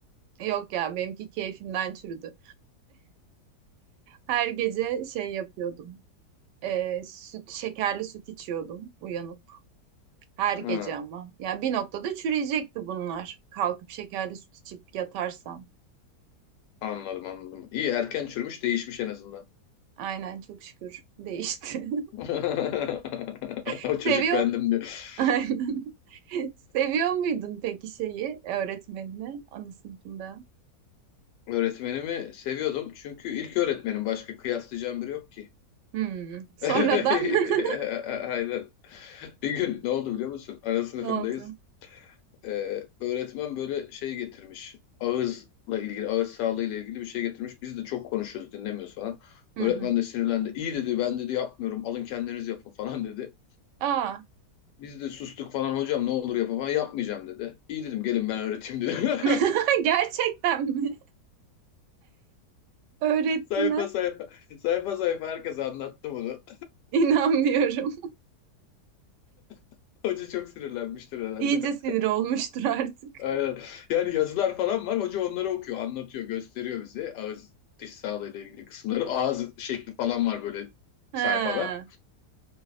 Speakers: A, on the right (about 80°); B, on the left (about 80°).
A: Yok ya benimki keyfimden çürüdü. Her gece şey yapıyordum. Ee, süt, şekerli süt içiyordum uyanıp. Her
B: Ha,
A: gece ama. ya bir noktada çürüyecekti bunlar. Kalkıp şekerli süt içip yatarsam.
B: anladım anladım. İyi erken çürümüş değişmiş en azından.
A: Aynen çok şükür değişti.
B: <laughs>
A: <laughs>
B: O çocuk
A: Seviyor.
B: bendim diyor.
A: Aynen. <laughs> Seviyor muydun peki şeyi öğretmenini ana sınıfında?
B: Öğretmenimi seviyordum. Çünkü ilk öğretmenim. Başka kıyaslayacağım biri yok ki.
A: Hmm. Sonradan
B: <laughs>
A: <laughs>
B: Aynen. Bir gün ne oldu biliyor musun? Ana sınıfındayız.
A: ne oldu?
B: Ee, öğretmen böyle şey getirmiş. Ağızla ilgili, ağız sağlığıyla ilgili bir şey getirmiş. Biz de çok konuşuyoruz, dinlemiyoruz falan.
A: Hı
B: Öğretmen
A: hı.
B: de sinirlendi. İyi dedi, ben dedi yapmıyorum. Alın kendiniz yapın falan dedi.
A: Aa.
B: Biz de sustuk falan hocam ne olur yapın falan yapmayacağım dedi. İyi dedim gelin ben öğreteyim dedim. <laughs>
A: <laughs> Gerçekten mi? Öğrettin
B: Sayfa
A: ha?
B: sayfa. Sayfa sayfa herkes anlattı bunu.
A: İnanmıyorum.
B: <laughs> Hoca çok sinirlenmiştir herhalde.
A: İyice sinir olmuştur artık.
B: <laughs> Aynen. Yani yazılar falan var. Hoca onları okuyor, anlatıyor, gösteriyor bize. Ağız, diş sağlığıyla ilgili kısımları. Ağız şekli falan var böyle
A: Ha,
B: sayfada.